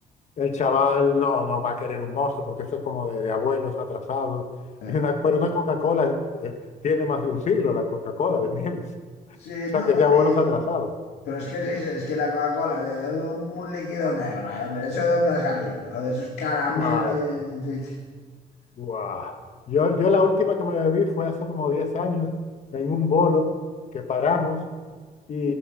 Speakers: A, on the left; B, on the left.
A: el chaval no, no va a querer un mosto, porque eso es como de, de abuelos atrasados.
B: Sí,
A: Y una, pero una Coca-Cola eh, tiene más de un siglo la Coca-Cola vendiéndose.
B: Sí,
A: O sea,
B: no,
A: que
B: vale.
A: es de abuelos
B: y-
A: atrasados.
B: Pero es que sí, sí, es que la Coca-Cola, de un, un líquido negro, eh, hombre, ¿eso de dónde ha salido? Joder, esos caramelos.
A: Madre.
B: ahí, eh,
A: Guau. Yo, yo la última que me bebí fue hace como 10 años en un bolo que paramos y,